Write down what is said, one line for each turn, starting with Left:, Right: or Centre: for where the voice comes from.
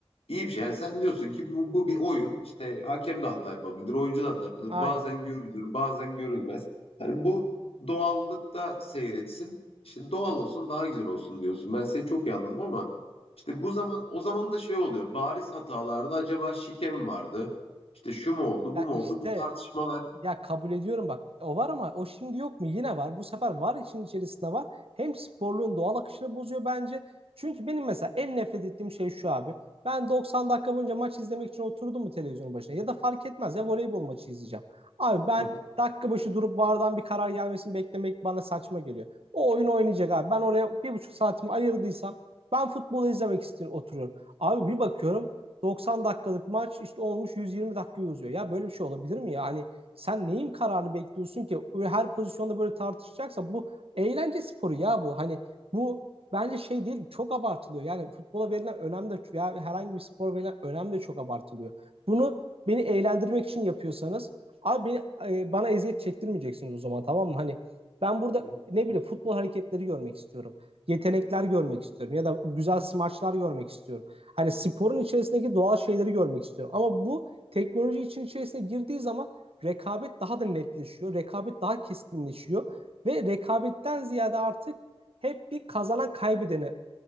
Left: iyi bir şey. Yani sen diyorsun ki bu, bu bir oyun. işte hakem de hata yapabilir, oyuncu da hata yapabilir.
Right: Aynen.
Left: Bazen görülür, bazen görülmez. Hani bu doğallıkta seyretsin. İşte doğal olsun, daha güzel olsun diyorsun. Ben seni çok iyi anladım ama işte bu zaman o zaman da şey oluyor. Bariz hatalarda acaba şike mi vardı? İşte şu mu oldu,
Right: Ya
Left: bu mu
Right: işte
Left: oldu? Bu tartışmalar.
Right: Ya kabul ediyorum bak o var ama o şimdi yok mu? Yine var. Bu sefer var için içerisinde var. Hem sporluğun doğal akışını bozuyor bence. Çünkü benim mesela en nefret ettiğim şey şu abi. Ben 90 dakika boyunca maç izlemek için oturdum mu televizyonun başına ya da fark etmez ya voleybol maçı izleyeceğim. Abi ben
Left: Hı hı.
Right: dakika başı durup VAR'dan bir karar gelmesini beklemek bana saçma geliyor. O oyun oynayacak abi. Ben oraya bir buçuk saatimi ayırdıysam ben futbolu izlemek istiyorum oturuyorum. Abi bir bakıyorum 90 dakikalık maç işte olmuş 120 dakikayı uzuyor. Ya böyle bir şey olabilir mi ya? Hani sen neyin kararını bekliyorsun ki? Her pozisyonda böyle tartışacaksa bu eğlence sporu ya bu. Hani bu bence şey değil çok abartılıyor. Yani futbola verilen önem de veya herhangi bir spor verilen önem de çok abartılıyor. Bunu beni eğlendirmek için yapıyorsanız abi beni e, bana eziyet çektirmeyeceksiniz o zaman tamam mı? Hani ben burada
Left: hı hı.
Right: ne bileyim futbol hareketleri görmek istiyorum. Yetenekler görmek istiyorum ya da güzel smaçlar görmek istiyorum. Hani sporun içerisindeki doğal şeyleri görmek istiyorum. Ama bu teknoloji için içerisine girdiği zaman rekabet daha da netleşiyor. Rekabet daha keskinleşiyor. Ve rekabetten ziyade artık hep bir kazanan kaybedene